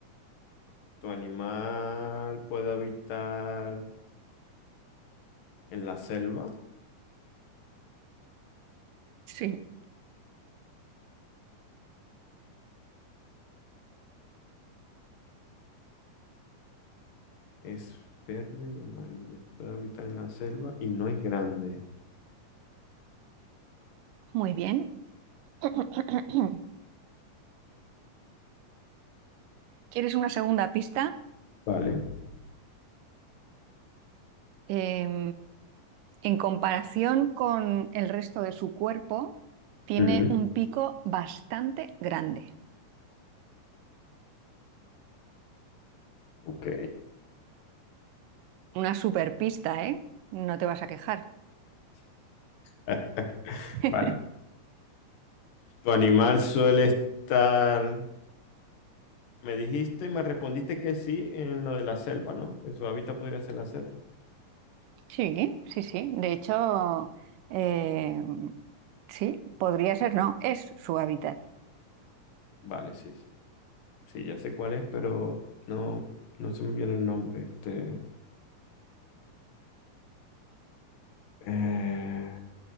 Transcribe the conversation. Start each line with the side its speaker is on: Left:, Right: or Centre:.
Left: ¿Tu animal puede habitar en la selva?
Right: Sí.
Left: Es verde y amarillo. Puede habitar en la selva y no es grande.
Right: Muy bien. <coughs> <clears throat> ¿Quieres una segunda pista?
Left: Vale.
Right: Em, en comparación con el resto de su cuerpo, tiene
Left: Mm,
Right: un pico bastante grande.
Left: ok.
Right: Una super pista, ¿eh? No te vas a quejar.
Left: Ah,
Right: <laughs>
Left: vale. ¿Tu animal suele estar... Me dijiste, me respondiste que sí en lo de la selva, ¿no? Que su hábitat podría ser la selva.
Right: Sí, sí, sí. De hecho, eh, sí, podría ser, no, es su hábitat.
Left: Vale, sí, sí. Sí, ya sé cuál es, pero no, no se me viene el nombre. Este... Eh...